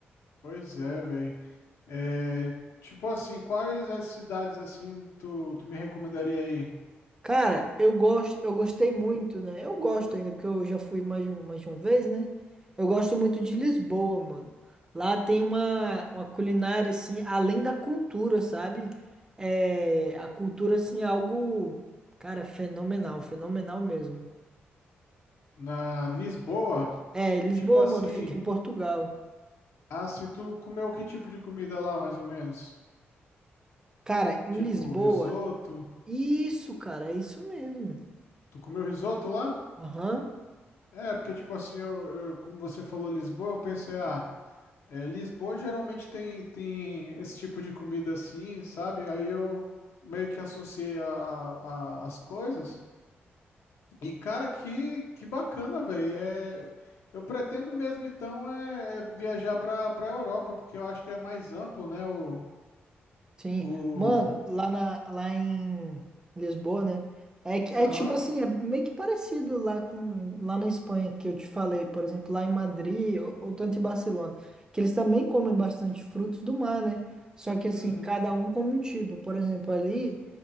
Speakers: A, on the left; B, on the right.
A: Pois é, velho. É, tipo assim, quais as cidades assim tu, tu me recomendaria aí?
B: Cara, eu gosto, eu gostei muito, né? Eu gosto ainda, porque eu já fui mais de, um- mais de uma vez, né? Eu gosto muito de Lisboa, mano. Lá tem uma, uma culinária, assim, além da cultura, sabe? É, a cultura, assim, é algo, cara, fenomenal, fenomenal mesmo.
A: Na Lisboa?
B: É, Lisboa,
A: E, Tipo assim,
B: mano, fica em Portugal.
A: ah, se tu comeu que tipo de comida lá, mais ou menos?
B: Cara, em
A: Tipo
B: Lisboa,
A: risoto?
B: isso, cara, é isso mesmo.
A: Tu comeu risoto lá?
B: Aham.
A: É, porque tipo assim, eu, eu- como você falou Lisboa, eu pensei, ah, é, Lisboa geralmente tem, tem esse tipo de comida assim, sabe? Aí eu meio que associei a, a- a- as coisas. E, cara, que, que bacana, velho. É, eu pretendo mesmo, então, é, é viajar para para Europa, porque eu acho que é mais amplo, né? O,
B: Sim,
A: o...
B: mano, lá, na, lá em Lisboa, né? É, que- é
A: Aham,
B: tipo assim, é meio que parecido lá com lá na Espanha que eu te falei, por exemplo, lá em Madrid ou, ou tanto em Barcelona, que eles também comem bastante frutos do mar, né? Só que assim,
A: uhum,
B: cada um come um tipo. Por exemplo, ali,